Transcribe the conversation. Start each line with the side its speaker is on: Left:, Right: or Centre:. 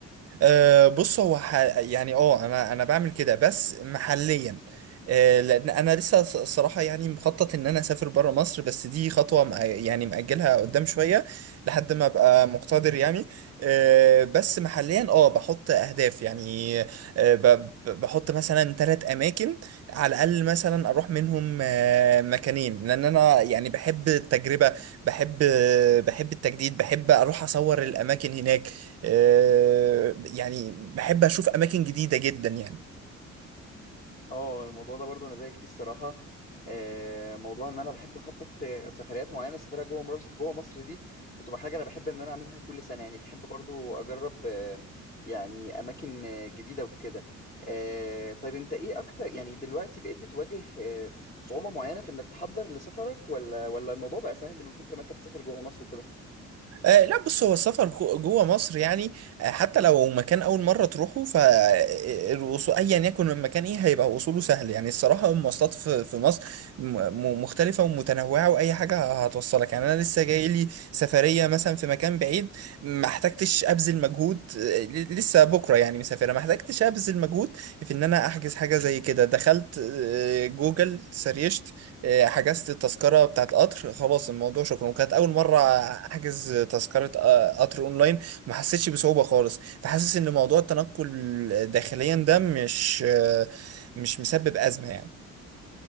Right: أه بص هو ح... يعني اه انا انا بعمل كده بس محليا أه لان انا لسه الص- الصراحه يعني مخطط ان انا اسافر بره مصر بس دي خطوه مأ... يعني مأجلها قدام شويه لحد ما ابقى مقتدر يعني أه بس محليا اه بحط اهداف يعني أه ب... ب- بحط مثلا ثلاث اماكن على الاقل مثلا اروح منهم أه مكانين لان انا يعني بحب التجربه بحب بحب التجديد بحب اروح اصور الاماكن هناك آه، يعني بحب اشوف اماكن جديده جدا يعني
Left: اه الموضوع ده برضو انا زيك فيه الصراحه آه، موضوع ان انا بحب اخطط آه، سفريات معينه سفريه جوه مرس- جوه مصر دي بتبقى حاجه انا بحب ان انا اعملها كل سنه يعني بحب برضو اجرب آه، يعني اماكن آه، جديده وكده آه، طيب انت ايه اكتر يعني دلوقتي بقيت بتواجه آه، صعوبه معينه في انك تحضر لسفرك ولا ولا الموضوع بقى سهل من كتر ما انت بتسافر جوه مصر وكده
Right: آه، لا بص هو السفر جو- جوه مصر يعني آه، حتى لو مكان اول مره تروحه فالوصول ايا يكن المكان ايه هيبقى وصوله سهل يعني الصراحه المواصلات في في مصر م- م- مختلفه ومتنوعه واي حاجه هتوصلك يعني انا لسه جاي لي سفريه مثلا في مكان بعيد ما احتجتش ابذل مجهود آه، ل- لسه بكره يعني مسافره ما احتجتش ابذل مجهود في ان انا احجز حاجه زي كده دخلت آه، جوجل سريشت إيه، حجزت التذكرة بتاعت قطر خلاص الموضوع شكرا وكانت أول مرة أحجز تذكرة آه، قطر أونلاين ما حسيتش بصعوبة خالص فحاسس إن موضوع التنقل داخليا ده مش آه، مش مسبب أزمة يعني